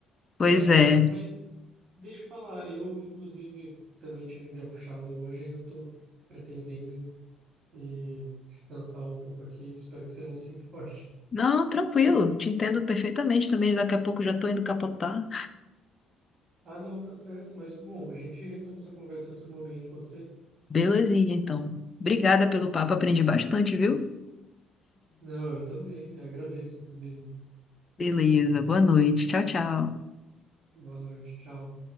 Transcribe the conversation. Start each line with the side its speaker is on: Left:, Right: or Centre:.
Left: Pois
Right: É,
Left: é.
Right: mas deixa eu falar, eu inclusive também tive um dia puxado hoje, aí eu tô pretendendo ir descansar um pouco aqui, espero que você não se importe. <laughs>
Left: Não, tranquilo, te entendo perfeitamente também. Daqui a pouco já tô indo capotar.
Right: Ah, não, tá certo, mas bom, a gente retoma essa conversa em outro momento, pode ser?
Left: Belezinha, então. Obrigada pelo papo, aprendi bastante, viu?
Right: Não, eu também, eu agradeço, inclusive.
Left: Beleza, boa noite. Tchau, tchau.
Right: Boa noite, tchau.